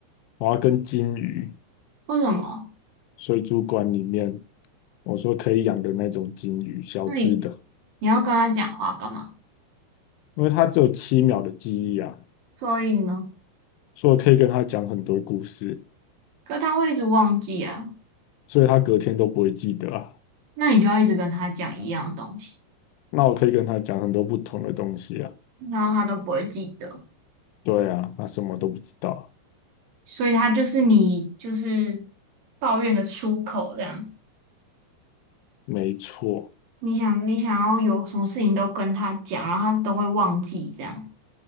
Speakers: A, on the left (about 85°); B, on the right (about 55°).
A: 我要跟金鱼，
B: 为什么？
A: 水族馆里面，我说可以养的那种金鱼，小只的，
B: 那你你要跟他讲话干嘛？
A: 因为它只有七秒的记忆啊，
B: 所以呢，
A: 所以我可以跟它讲很多故事，
B: 可他会一直忘记啊，
A: 所以它隔天都不会记得啊。
B: 那你就要一直跟他讲一样的东西，
A: 那我可以跟它讲很多不同的东西啊。
B: 然后他都不会记得，
A: 对啊，它什么都不知道，
B: 所以他就是你就是抱怨的出口这样。
A: 没错，
B: 你想你想要有什么事情都跟他讲，然后他都会忘记这样，